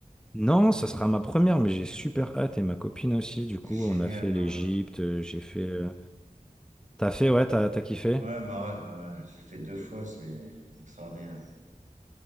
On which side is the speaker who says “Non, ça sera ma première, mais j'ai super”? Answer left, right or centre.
Centre